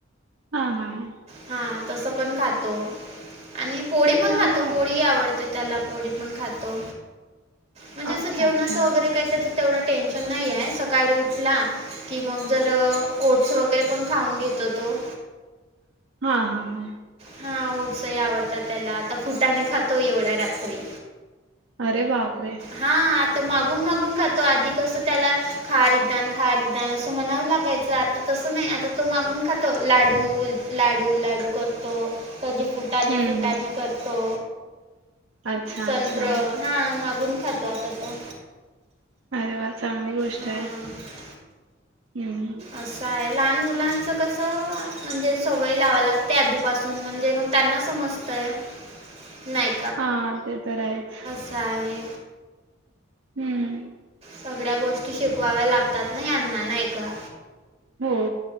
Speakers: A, on the right; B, on the right.
A: हा हा हा
B: हा तस पण खातो आणि पोडी पण
A: चांगलं
B: खातो,
A: आहे.
B: पोडी ही आवडते त्याला पोडी पण खातो, म्हणजे
A: अच्छा
B: अस जेवणाच
A: अच्छा.
B: वगैरे काही त्याचं तेवढं टेन्शन नाही हाय, सकाळी उठला की मग जर, ओट्स वगैरे पण खाऊन घेतो तो
A: हा हा हा.
B: हा ओठसही आवडतात त्याला आता फुटाने खातो एवढ्या रात्री.
A: अरे बापरे!
B: हा आता मागून मागून खातो आधि कसं त्याला खा रिदान खा रिदान असं म्हणावं लागायचं आता तसं नाही आता तो मागून खातो. लाडू लाडू लाडू करतो. कधी फुटाने
A: हं
B: फुटाने
A: हं.
B: करतो?
A: अच्छा!
B: संत्र
A: अच्छा!
B: हां मागून खातो आता तो.
A: अरे वा चांगली गोष्ट
B: हां
A: आहे हम्म.
B: असं आहे लहान मुलांचं कसं म्हणजे सवय लावा लागत्या आधीपासून म्हणजे मग त्यांना समजत. <unintelligible> नाही
A: हा ते तर आहेच.
B: च आहे
A: हम्म.
B: सगळ्या गोष्टी शिकवाव्या लागतात ना यांना नाही का?
A: हो.